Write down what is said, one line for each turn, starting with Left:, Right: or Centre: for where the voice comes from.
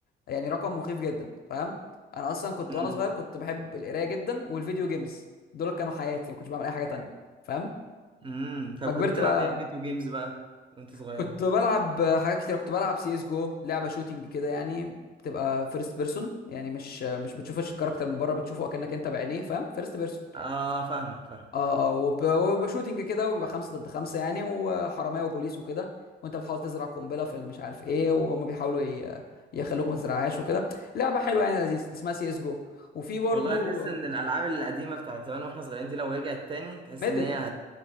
Left: يعني رقم مخيف جدا فاهم انا اصلا كنت
Right: امم
Left: وانا صغير كنت بحب القرايه جدا والفيديو جيمز دول كانوا حياتي ما كنتش بعمل اي حاجه تانية فاهم
Right: امم طب
Left: ما كبرت
Right: كنت بتلعب
Left: بقى
Right: ايه في فيديو جيمز بقى وانت صغير
Left: كنت بلعب حاجات كتير كنت بلعب سي اس جو لعبه شوتينج كده يعني بتبقى فيرست بيرسون يعني مش مش بتشوفش الكاركتر من بره بتشوفه اكنك انت بعينيه فاهم فيرست بيرسون.
Right: اه فاهمك فاهمك
Left: اه اه وب- وبيبقى شوتنج كده وبيبقى خمسة ضد خمسة يعني وحرامية وبوليس وكده وانت بتحاول تزرع قنبلة في مش عارف ايه وهم بيحاولوا ي- يخلوك ما تزرعهاش وكده لعبة حلوة يعني لذيذة اسمها سي اس جو وفي برضو
Right: والله تحس ان الالعاب القديمه بتاعت زمان واحنا صغيرين دي لو رجعت تاني تحس
Left: ميدل
Right: ان هي هت